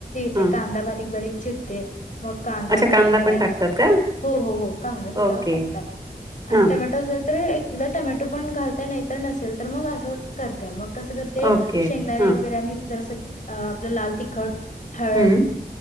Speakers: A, on the left; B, on the right.
A: ते
B: हां.
A: कांदा बारीक बारीक चिरते. मग कांदा
B: अच्छा
A: घेते त्या
B: पण टाकतात का?
A: हो हो हो कांदा सुद्धा
B: ओके.
A: टाकतात
B: हां,
A: आणि टमॅटो असेल तर एक किंवा टमॅटो पण घालत नाहीतर नसेल तर मग असं करत्या मग कसं करते
B: ओके.
A: शेंगदाणे
B: हां,
A: वगैरे आणि जरासं अ आपलं लाल तिखट हळद.
B: हं,